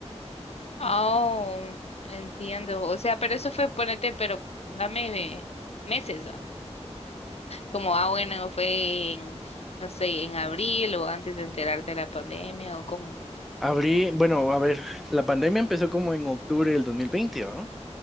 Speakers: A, on the left; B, in the centre.
A: Oh, entiendo. O sea, pero eso fue, ponete, pero dame eh, meses, ¿va? Como, ah, bueno, fue en, no sé, en abril o antes de enterarte de la pandemia o como.
B: Abrí, bueno, a ver, la pandemia empezó como en octubre del 2020, ¿no?